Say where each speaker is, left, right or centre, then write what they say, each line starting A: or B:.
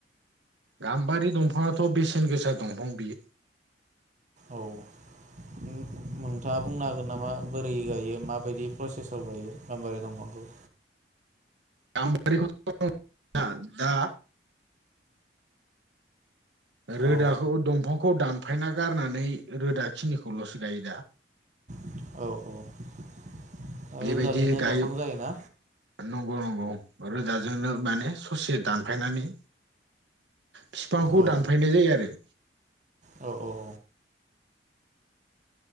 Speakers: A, on the right; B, on the right.
A: गाम्बारि दंफाङाथ बेसेन गोसा दंफां बि
B: औ नों नोंथाङा बुंनो हागोन नामा? बोरै गायो माबायदि प्रसेसआव गायो गामबारि दंफांखौ।
A: गामबारिखौथ <unintelligible> दा रोदाखौ
B: औ
A: दंफांखौ दान थफायना गारनानै रोदा खिनिखौलसो गायो दा-
B: औ
A: बेबायदि
B: रोदाजोंनो
A: गायो
B: दंफां जायोना
A: नंगौ नं गौ रोदाजोंनो माने ससे दानफायनानै फिफांखौ
B: औ
A: दानफायनाय जायो आरो
B: औ औ